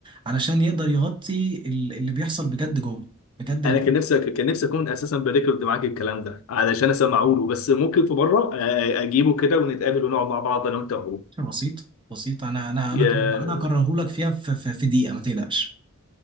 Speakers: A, on the right (about 25°); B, on the left (about 70°).
A: علشان يقدر يغطي ال- اللي بيحصل بجد جوه بجد اللي
B: انا كان نفسي كان نفسي اكون اساسا بريكورد معاك الكلام ده علشان اسمعه له بس ممكن في مره آه، اجيبه كده ونتقابل ونقعد مع بعض انا وانت وهو
A: بيحصل بسيط بسيط أنا أنا
B: يا
A: أنا أنا أكرههولك فيها في, في, في دقيقة ما تقلقش